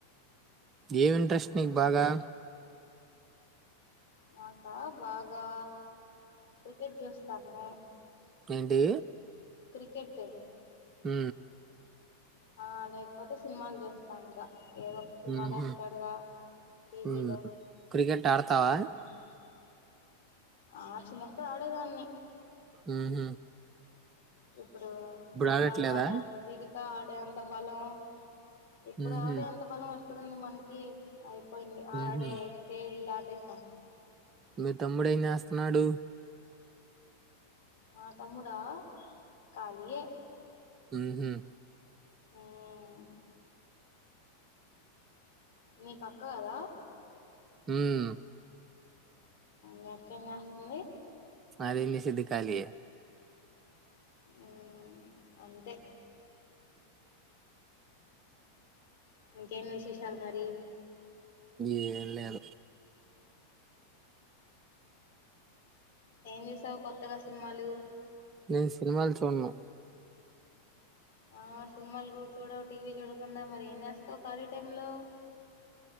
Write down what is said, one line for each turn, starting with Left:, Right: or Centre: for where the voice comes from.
Right: ఏమి ఇంట్రెస్ట్
Left: మ్మ్
Right: నీకు బాగా
Left: నాకా బాగా క్రికెట్ చూస్తాము
Right: ఎంటి
Left: క్రికెట్
Right: మ్
Left: ఆ లేకపోతే సినిమాలు చూస్తా ఇంకా ఏదో ఒక సినిమాలు
Right: ఉహు
Left: వేస్తాడుగా టీవీలో
Right: ఉమ్ క్రికెట్ ఆడతావా
Left: అన్నా ఆ చిన్నప్పుడు ఆడేదాన్ని
Right: మ్ హ
Left: ఇప్పుడు ఎక్కడ
Right: ఆడట్లేదా
Left: ఆడే అంత తీరి కా ఆడే అంత బలం ఇప్పుడు
Right: ఉహు
Left: ఆవిడే అంత బలం వ క్కడుంది మనకి అయి పోయింది ఆడే
Right: ఉహు
Left: స్టేజ్ దాట్ వస్తా
Right: మీ తమ్ముడు ఏం చేస్తన్నాడు
Left: మా తమ్ముడా ఖాళియే
Right: ఉహుమ్
Left: ఆమ్ నీకు అక్క కదా
Right: మ్
Left: నకేం చేస్తుంది
Right: నాలన్ సిద్ధకాలయే
Left: మ్ అంతే ఇంకేనా విశేషాల మరి
Right: ఏం లేదు
Left: ఏం చూసావు కొత్తగా సినిమాలు
Right: నేను సినిమాలు చూను
Left: ఆ సినిమాలు కూడా చూడవు టీ వీ చూడకుండా మరి ఏం చేస్తావు ఖాళీ టైమ్ లో